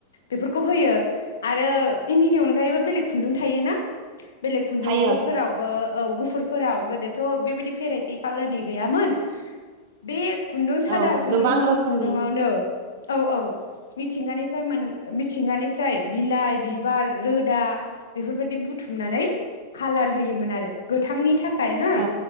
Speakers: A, on the left; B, on the right.
A: बेफोरखौ होयो आरो इन्दिनि अनगायैबो बेलेग खुन्दुं थायोना बेलेग खुन्दुंखौफोरावबो
B: थायो
A: औ गुफुरफोराव गोदोथ' बेबायदि भेराइटि कालारनि गैयामोन बे खुन्दुं सादा
B: औ
A: खुन्दुं
B: गोबां
A: गुफुर
B: रोखोमनि
A: खुन्दुंआवनो औ औ मिथिंगानि मोन मिथिंगानिफ्राय बिलाइ बिबार रोदा बेफोरबायदि बुथुमनानै खालार होयोमोन आरो गोथांनि थाखाय हो
B: औ